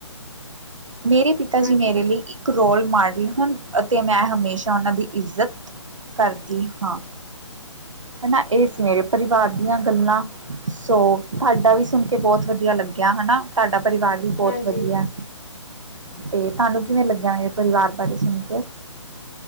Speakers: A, on the right; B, on the left.
A: ਮੇਰੇ ਪਿਤਾ
B: ਹਾਂਜੀ
A: ਜੀ ਮੇਰੇ
B: ਹਾਂਜੀ
A: ਲੀ ਇੱਕ ਰੋਲ ਮਾਡਲ ਅਤੇ ਮੈਂ ਹਮੇਸ਼ਾ ਉਹਨਾਂ ਦੀ ਇੱਜ਼ਤ ਕਰਦੀ ਹਾਂ ਹਨਾ, ਇਹ ਸੀ ਮੇਰੇ ਪਰਿਵਾਰ ਦੀਆਂ ਗੱਲਾਂ, ਸੋ ਤੁਹਾਡਾ ਵੀ ਸੁਨ ਕੇ ਬਹ, ਬੋਤ ਵਧੀਆ ਲੱਗਿਆ ਹਨਾ ਤਾਡਾ ਪਰਿਵਾਰ ਵੀ ਬੋੱਤ
B: ਹਾਂਜੀ
A: ਵਧੀਆ। ਤੇ ਤਾਨੂੰ ਕਿਵੇਂ ਲੱਗਿਆ ਮੇਰੇ ਪਰਿਵਾਰ ਬਾਰੇ ਸੁਣ ਕੇ